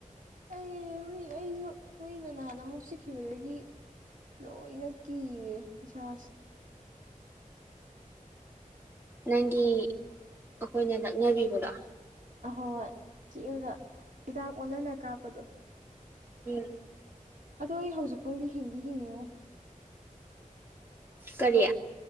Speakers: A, on the right (about 70°); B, on the right (about 15°).
A: ꯑꯩ ꯍꯨꯏ ꯑꯩꯁꯨ ꯍꯨꯏꯅ ꯅꯍꯥꯟ ꯑꯃꯨꯛ ꯆꯤꯛꯈꯤꯕꯗꯒꯤ ꯂꯣꯏꯅ ꯀꯤꯔꯦ ꯏꯁꯥꯁꯦ꯫
B: ꯅꯪꯒꯤ ꯑꯩꯈꯣꯏꯅ ꯂꯛꯅꯕꯤꯕꯗꯣ
A: ꯑꯍꯣꯏ ꯆꯤꯛꯑꯒ ꯍꯤꯗꯥꯛ ꯑꯣꯟꯅꯅ ꯀꯥꯞꯄꯗꯣ꯫
B: ꯎꯝ
A: ꯑꯗꯣ ꯑꯩ ꯍꯧꯖꯤꯛ ꯄꯨꯡꯗꯤ ꯍꯤꯡꯗꯤ ꯍꯤꯡꯉꯦꯉꯣ
B: ꯀꯔꯤ